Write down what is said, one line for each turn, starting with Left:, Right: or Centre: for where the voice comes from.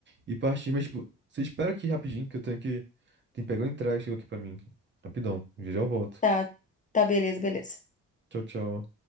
Right: e partir. Mas, tipo, você espera aqui rapidinho, que eu tenho que. Tem que pegar o entrega que chegou aqui pra mim. Rapidão. Já já eu volto.
Left: Tá, tá, beleza, beleza.
Right: Tchau, tchau.